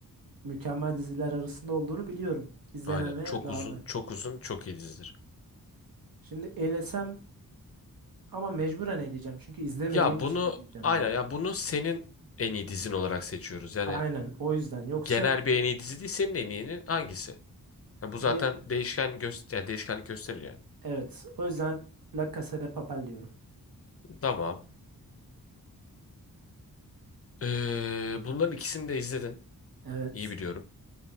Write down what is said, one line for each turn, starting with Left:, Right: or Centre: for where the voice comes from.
Right: mükemmel diziler arasında olduğunu biliyorum. İzlememe
Left: Aynen. Çok
Right: rağmen.
Left: uzun, çok uzun, çok iyi dizidir.
Right: Şimdi elesem ama mecburen eleyeceğim. Çünkü izlemediğim
Left: Ya
Right: için
Left: bunu
Right: eleyeceğim
Left: aynen
Right: ben.
Left: ya bunu senin en iyi dizin olarak seçiyoruz. Yani
Right: Aynen o yüzden. Yoksa
Left: genel bir en iyi dizi değil, senin en iyinin hangisi? Ya bu
Right: benim
Left: zaten değişken göster yani değişkenlik gösterir yani.
Right: evet o yüzden La Casa de Papel diyorum.
Left: Tamam. Ee, bunların ikisini de izledin.
Right: Evet.
Left: İyi biliyorum.